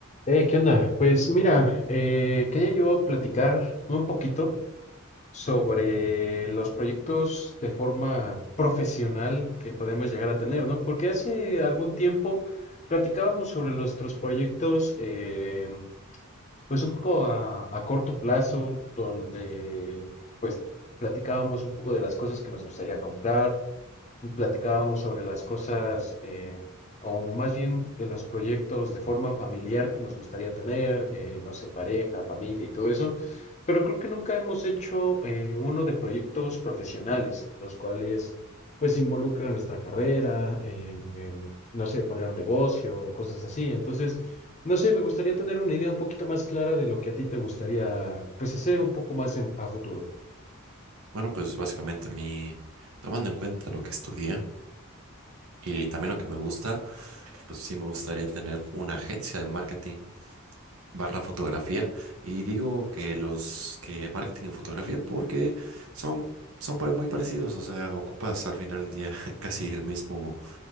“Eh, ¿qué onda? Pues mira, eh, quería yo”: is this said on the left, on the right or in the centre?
Left